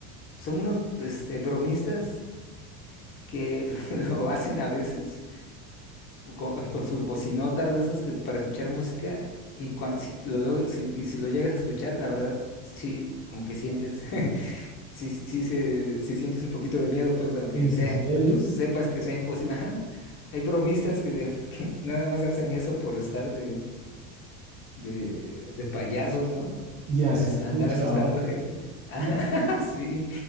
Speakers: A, on the left; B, on the right.
A: Son unos este, bromistas que <laughs> lo hacen a veces con, con sus bocinotas de esas que, para escuchar música y cuan- si, lo, log- si, y si lo llegas a escuchar, la verdad, sí, como que sientes... <laughs> Sí, sí, se, sí sientes un poquito de miedo, pues, aunque
B: ¿En
A: sea,
B: serio?
A: tú sepas que sea imposible. <laughs> Ajá. Hay bromistas que, <laughs> que nada más hacen eso por estar de, de, de payasos, ¿no?
B: ¿Ya
A: De
B: has
A: as-
B: escuchado?
A: andar asustando gente. <laughs> Ah,
B: Ya-
A: sí,